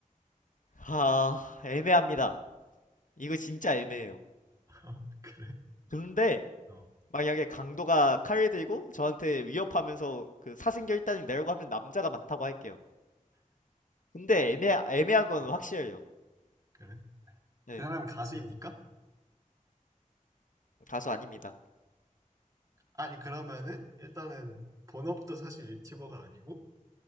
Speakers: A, on the left; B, on the right.
A: 하, 애매합니다. 이거 진짜 애매해요.
B: <laughs> 그래?
A: 근데
B: 어,
A: 만약에 강도가 칼을 들고 저한테 위협하면서 그 사생결단이 내려고 하면 남자가 많다고 할게요. 근데 애매 애매한 건
B: 어,
A: 확실해요.
B: 그래?
A: 네,
B: 그 사람은 가수입니까?
A: 가수 아닙니다.
B: 아니, 그러면은, 일단은, 본업도 사실 유튜버가 아니고,